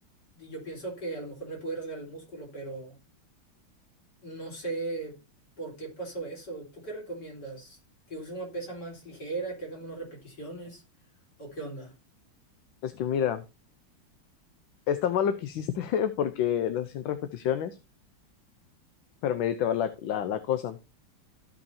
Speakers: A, on the left (about 55°); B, on the left (about 75°).
A: Y yo pienso que a lo mejor me pude rasgar el músculo, pero no sé por qué pasó eso. ¿Tú qué recomiendas? ¿Que use una pesa más ligera, que haga menos repeticiones? ¿O qué onda?
B: Es que mira, está mal lo que hiciste <laughs> porque las 100 repeticiones, pero merita va la, la, la cosa.